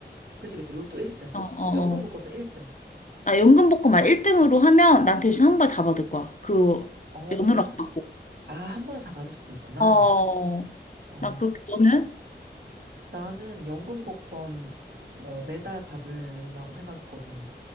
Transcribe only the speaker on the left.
어, 어,
어.
나 연금복권만 1등으로 하면 난 대신 한발 다 받을 거야. 그
연으로
안 받고.
어,
나 그렇게 너는?